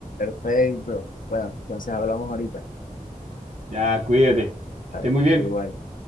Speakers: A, on the left; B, on the right.
A: perfecto. Bueno, entonces hablamos ahorita.
B: Ya, cuídate, que
A: Vale,
B: esté muy bien.
A: igual.